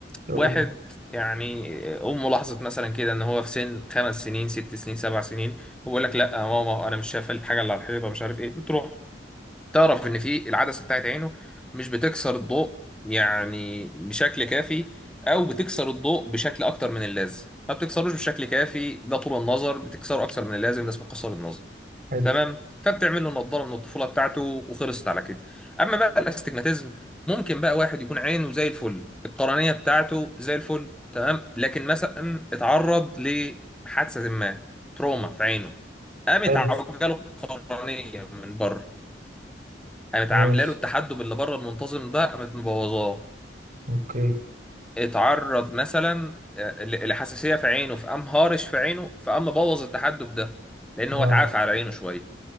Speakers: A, on the right (about 45°); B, in the centre.
A: شوف.
B: واحد يعني امه لاحظت مثلا كده ان هو في سن خمس سنين ست سنين سبع سنين هو يقول لك لا يا ماما انا مش شايف الحاجه اللي على الحيطه مش عارف ايه بتروح تعرف ان في العدسه بتاعت عينه مش بتكسر الضوء يعني بشكل كافي او بتكسر الضوء بشكل اكتر من اللازم ما بتكسروش بشكل كافي ده طول النظر بتكسره اكتر من اللازم ده اسمه قصر النظر
A: حلو
B: تمام فبتعمل له نضاره من الطفوله بتاعته وخلصت على كده اما بقى الاستجماتيزم ممكن بقى واحد يكون عينه زي الفل القرنيه بتاعته زي الفل تمام لكن مثلا اتعرض لحادثه ما تروما في عينه قامت
A: حلو
B: عوجاله القرنيه من بره قامت
A: ماشي
B: عامله له التحدب اللي بره المنتظم ده قامت مبوظاه
A: اوكي
B: اتعرض مثلا آه، ل- لحساسيه في عينه فقام هارش في عينه فقام مبوظ التحدب ده لان
A: اه
B: هو اتعافى على عينه شويه